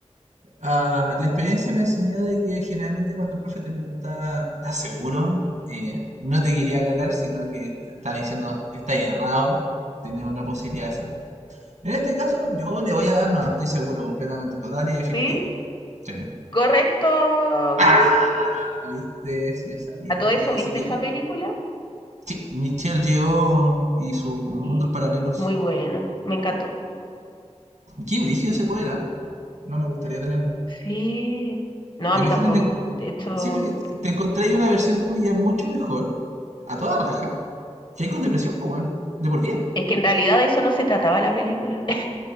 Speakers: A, on the right; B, on the left.
A: Ah, la experiencia me enseñó de que generalmente cuando el profe te pregunta, ¿estás seguro? Eh, no te quería cagar, sino que te está diciendo, está errado, tenés una posibilidad de salvarte. En este caso, yo le voy a dar, no, estoy seguro, completamente, total y definitivamente.
B: Sí,
A: Sí.
B: correcto.
A: Ah,
B: Uh.
A: viste, si yo sabía,
B: A todo
A: tenía
B: eso,
A: que
B: ¿viste
A: seguir.
B: esa película?
A: Sí, Michelle llegó y sus mundos
B: Y
A: paralelos.
B: muy buena, me encantó.
A: Qué brígido ese poder, ¿ah? No me gustaría tenerlo.
B: Sí, no,
A: Imagínate,
B: a mí tampoco. De hecho,
A: sí, porque te, te encontré ahí una versión tuya mucho mejor, a toda raja, que hay con depresión, pues, weón. De por vida.
B: es que en realidad de eso no se trataba la película.